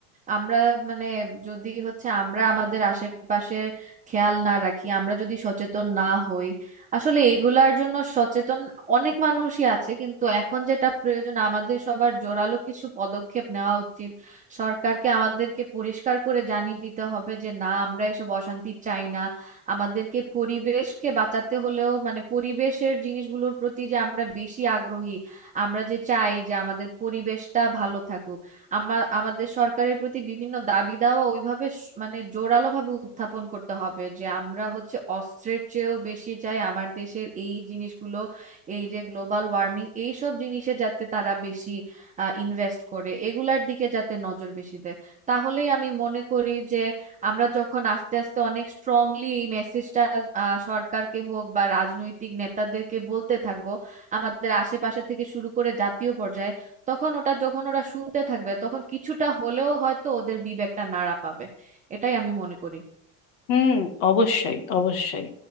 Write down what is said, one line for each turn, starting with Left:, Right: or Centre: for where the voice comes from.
Right: আমরা মানে যদি হচ্ছে আমরা আমাদের আশেপাশের খেয়াল না রাখি আমরা যদি সচেতন না হই আসলে এগুলার জন্য সচেতন অনেক মানুষই আছে কিন্তু এখন যেটা প্রয়োজন আমাদের সবার জোরালো কিছু পদক্ষেপ নেওয়া উচিত সরকারকে আমাদেরকে পরিষ্কার করে জানিয়ে দিতে হবে যে না আমরা এসব অশান্তি চাই না আমাদেরকে পরিবেশকে বাঁচাতে হলেও মানে পরিবেশের জিনিসগুলোর প্রতি যে আমরা বেশি আগ্রহী আমরা যে চাই যে আমাদের পরিবেশটা ভালো থাকুক আমার আমাদের সরকারের প্রতি বিভিন্ন দাবি দাওয়া ওইভাবে স- মানে জোরালো ভাবে উত্থাপন করতে হবে যে আমরা হচ্ছে অস্ত্রের চেয়েও বেশি চাই আমার দেশের এই জিনিসগুলো এই যে গ্লোবাল ওয়ার্মিং এইসব জিনিসে যাতে তারা বেশি ইনভেস্ট করে এগুলার দিকে যাতে নজর বেশি দেয় তাহলেই আমি মনে করি যে আমরা যখন আস্তে আস্তে অনেক স্ট্রংলি এই মেসেজটা সরকারকে হোক বা রাজনৈতিক নেতাদেরকে বলতে থাকবো আমাদের আশেপাশে থেকে শুরু করে জাতীয় পর্যায়ে তখন ওটা যখন ওরা শুনতে থাকবে তখন কিছুটা হলেও হয়তো ওদের বিবেকটা নাড়া পাবে এটাই আমি মনে করি
Left: হুম অবশ্যই অবশ্যই